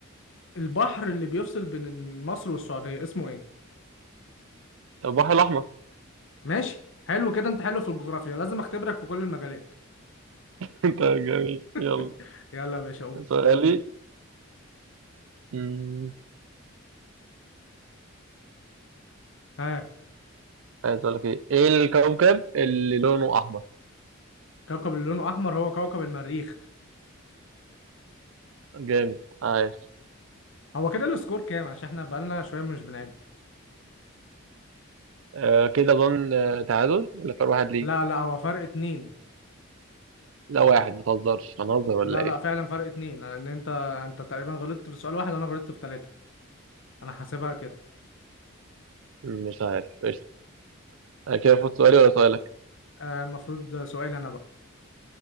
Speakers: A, on the left; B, on the right.
A: البحر اللي بيفصل بين مصر والسعودية اسمه ايه
B: البحر الأحمر
A: ماشي حلو كده انت حلو في الجغرافيا لازم اختبرك في كل المجالات
B: <laughs> انت جميل
A: <laughs>
B: يلا
A: يلا يا باشا قول
B: سؤالي مم،
A: ها
B: عايز اقول لك ايه ايه الكوكب اللي لونه احمر
A: كوكب اللي لونه احمر هو كوكب المريخ
B: جامد عايش
A: هو كده السكور كام عشان احنا بقالنا شويه مش بنعد
B: آه كده اظن آه، تعادل ولا فرق واحد ليك
A: لا لا هو فرق اتنين
B: لا واحد ما تهزرش هنهزر ولا
A: لا
B: ايه
A: لا فعلا فرق اتنين لان انت انت تقريبا غلطت في سؤال واحد وانا غلطت في ثلاثه انا حاسبها كده
B: مش عارف قشطة انا كده فوت سؤالي ولا سؤالك
A: آه، المفروض سؤال انا بقى